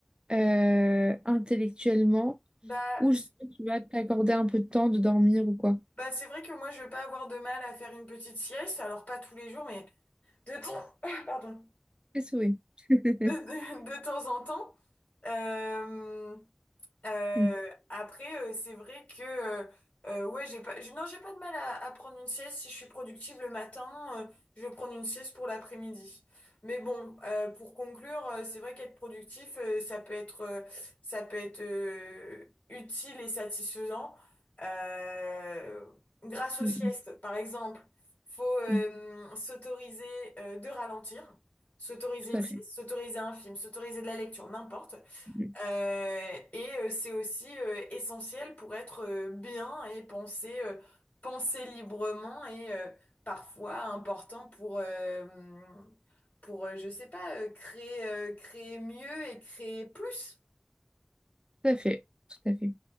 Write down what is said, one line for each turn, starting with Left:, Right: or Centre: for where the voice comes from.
Right: euh, intellectuellement?
Left: Bah,
Right: Ou juste que tu vas t'accorder un peu de temps de dormir ou quoi.
Left: Bah, c'est vrai que moi, je vais pas avoir de mal à faire une petite sieste, alors pas tous les jours, mais de temps, <laughs> <coughs> pardon,
Right: C'est souhait. <laughs>
Left: de, de- de temps en temps. Euh, euh,
Right: Mm,
Left: après, euh, c'est vrai que euh, euh, ouais, j'ai pas, j'ai- non, j'ai pas de mal à, à prendre une sieste. Si je suis productive le matin, euh, je vais prendre une sieste pour l'après-midi. Mais bon, euh, pour conclure, euh, c'est vrai qu'être productif, euh, ça peut être, euh, ça peut être euh, utile et satisfaisant euh, grâce aux
Right: mm,
Left: siestes, par exemple. Faut euh,
Right: mm, mm.
Left: s'autoriser euh, de ralentir, s'autoriser
Right: Tout
Left: une
Right: à
Left: sieste,
Right: fait.
Left: s'autoriser un film, s'autoriser de la lecture, n'importe.
Right: Mm,
Left: Euh, et euh, c'est aussi euh, essentiel pour être euh, bien et penser, euh, penser librement et euh, parfois important pour, euh, pour euh, je sais pas, euh, créer, euh, créer mieux et créer plus.
Right: Tout à fait. Tout à fait.